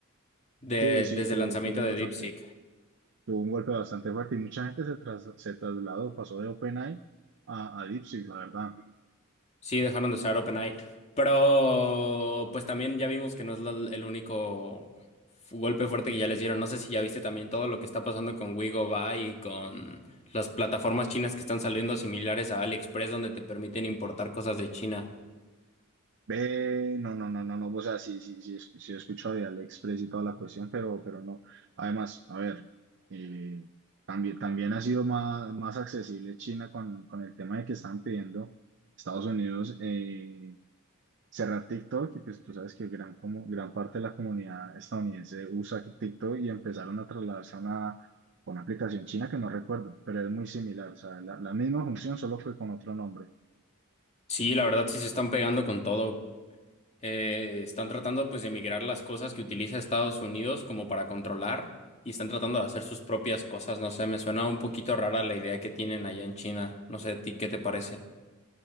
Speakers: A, on the left; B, on the right.
A: de-
B: Sí, sí,
A: desde
B: tuvo,
A: el lanzamiento
B: tuvo un
A: de
B: bastante,
A: DeepSeek.
B: tuvo un golpe bastante fuerte y mucha gente se, tras- se trasladó, pasó de OpenAI a, a DeepSeek, la verdad.
A: Sí, dejaron de usar OpenAI. Pero pues también ya vimos que no es la- el único fu- golpe fuerte que ya les dieron. No sé si ya viste también todo lo que está pasando con Wigobyte y con las plataformas chinas que están saliendo similares a AliExpress donde te permiten importar cosas de China.
B: Ve, no, no, no, no, no, o sea, sí, sí, sí, es- sí he escuchado de AliExpress y toda la cuestión, pero, pero no. Además, a ver, eh, también, también ha sido más, más accesible China con, con el tema de que están pidiendo Estados Unidos eh, cerrar TikTok y pues tú sabes que gran, como, gran parte de la comunidad estadounidense usa TikTok y empezaron a trasladarse a una, a una aplicación china que no recuerdo, pero es muy similar, o sea, la, la misma función solo que con otro nombre.
A: Sí, la verdad sí se están pegando con todo. Eh, están tratando pues de migrar las cosas que utiliza Estados Unidos como para controlar y están tratando de hacer sus propias cosas. No sé, me suena un poquito rara la idea que tienen allá en China. No sé, ¿a ti qué te parece?